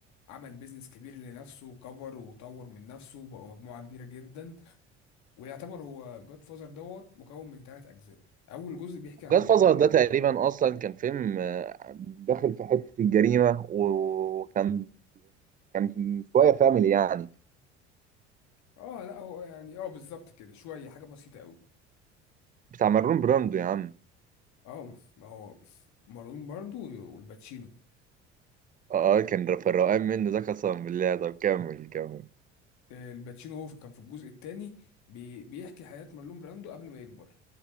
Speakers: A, on the left (about 50°); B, on the right (about 25°).
A: عمل بيزنس كبير لنفسه وكبر وطور من نفسه وبقى مجموعة كبيرة جدا ويعتبر هو جاد فازر دوت مكون من ثلاث اجزاء اول جزء بيحكي عن
B: جاد
A: الموضوع
B: فازر
A: دوت
B: ده تقريبا أصلا كان فيلم آه، داخل في حتة الجريمة وكان كان شوية فاميلي يعني
A: اه لا هو يعني اه بالظبط كده شوية حاجة بسيطة قوي
B: بتاع مارلون براندو يا عم
A: اه ما هو مارون باردو والباتشينو
B: اه كان في الروقان منه ده قسما بالله طب كمل كمل
A: آه، الباتشينو هو كان في الجزء الثاني بيحكي حياة مارلون براندو قبل ما يكبر